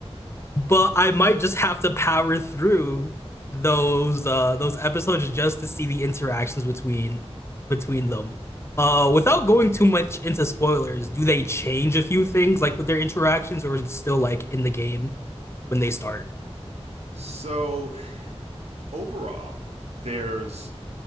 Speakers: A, on the left; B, on the right.
A: But I might just have to power through those uh those episodes just to see the interactions between between them. Uh, without going too much into spoilers, do they change a few things like with their interactions, or is it still like in the game when they start?
B: So overall, there's